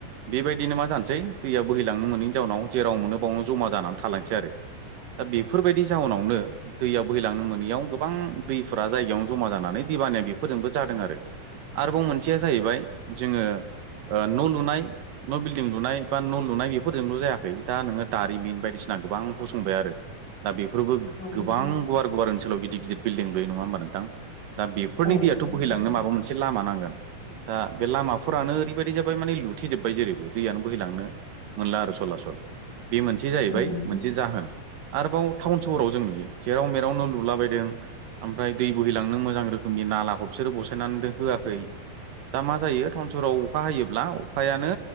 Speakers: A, on the right (about 75°); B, on the left (about 75°).
A: बेबायदिनो मा जानोसै दैया बोहैलांनो मोनैनि जाउनाव जेराव मोनो बावनो जमा जानानै थालांसै आरो।
B: <inaudible>
A: दा बेफोरबायदि जाउनावनो दैया बैहैलांनो मोन नैयाव गोबां दैफोरा जायगायावनो जमा जानानै दैबानाया बेफोरजोंबो जादों आरो आरोबाव मोनसेया जाहैबाय जोङो ओ न' लुनाय न' बिल्डिं लुनाय बा न' लुनाय बेफोरजोंल' जायाखै दा नोङो दारिमिन बायदिसिना गोबां फसंबाय आरो दा बेफोरबो
B: औ नोंथां
A: गोबां गुवार गुवार ओनसोलाव गिदिर गिदिर बिल्डिं लुयो नङा होमबा नोंथां दा बेफोरनि
B: औ नोंथां
A: दैयाथ' बोहैलांनो
B: थारैनो
A: माबा मोनसे लामा नांगोन दा बे लामाफोरानो ओरैबायदि जाबाय माने लुथेजोबबाय जेरैबो दैयानो बोैलांनो मोनल आरो सला सल बे मोनसे जाहैबाय
B: औ नोंथां
A: मोनसे जाहोन आरोबाव टाउन सहराव जों नुयो जेराव मेरावनो न' लुला बायदों ओमफ्राय दै बोहैलांनो मोजां रोखोमनि नालाखौ बिसोरो बसायनानै होआखै दा मा जायो टाउन सहाव अखा हायोब्ला अखायानो